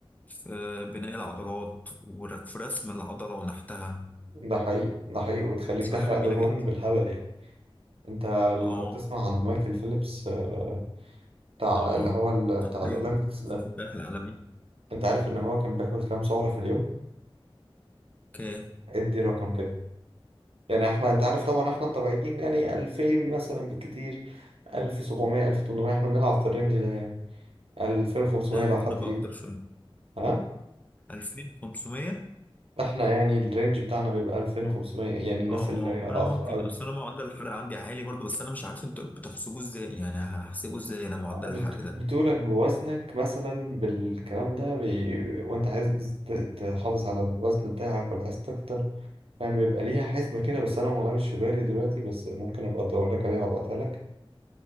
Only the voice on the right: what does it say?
ده حقيقي ده حقيقي وتخليك
تحرق
دهون
بالهبل يعني انت
لو تسمع عن مايكل فيليبس آه، بتاع
اللي هو ال- بتاع الأولمبيكس
ده
انت عارف ان هو كان بياكل كام سعرة في اليوم
ادي رقم كده يعني احنا انت عارف طبعا احنا الطبيعيين يعني 2000 مثلا بالكتير 1700 1800 احنا بنلعب في الرينج ده يعني 2500
لو حد
ايدي
ها
احنا يعني الرينج بتاعنا بيبقى 2500 يعني الناس
اللي
هي أض-
أض-
بت-
بتقولك بوزنك مثلا بالكلام ده بي... وانت عايز ت- تحافظ على الوزن بتاعك ولا عايز تكتر فاهم بيبقى ليها حسبة كده بس انا والله مش في بالي دلوقتي بس ممكن ابقى ادور لك عليها وابعتها لك